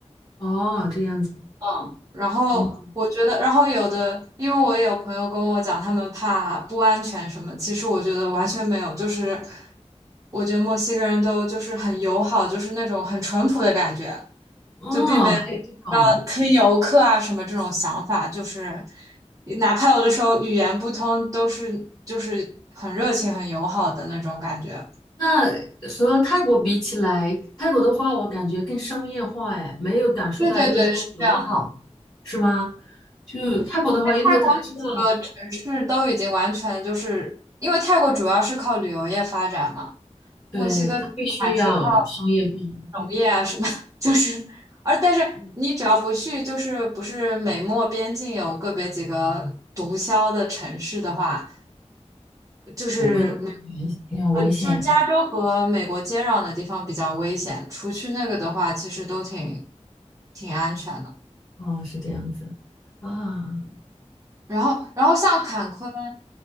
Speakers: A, on the left; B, on the right.
A: 哦，这样子，
B: 嗯，然后我觉得，
A: 嗯，
B: 然后有的，因为我也有朋友跟我讲，他们怕不安全什么，其实我觉得完全没有，就是我觉得墨西哥人都就是很友好，就是那种很淳朴的感觉。
A: 哦，
B: 就并没有
A: 还有这种。
B: 让坑游客啊什么这种想法，就是哪怕有的时候语言不通，都是就是很热情、很友好的那种感觉。
A: 那和泰国比起来，泰国的话，我感觉更商业化，哎，没有感受到就是说友好，
B: 对对对，是这样的。
A: 是吗？就泰国的话，因为他知道，
B: 泰国那几个城市都已经完全就是，因为泰国主要是靠旅游业发展嘛，
A: 对，
B: 墨西哥还是靠
A: 他必须要商业化，
B: 农业啊什么，
A: 嗯
B: <laughs> 就是而但是你只要不去，
A: 嗯
B: 就是不是美墨边境有个别几个毒枭的城市的话。就是没。
A: 不会那么危呃危险，
B: 呃，就是加州和美国接壤的地方比较危险，除去那个的话，其实都挺挺安全的。
A: 哦，是这样子啊。
B: 然后，然后像坎昆，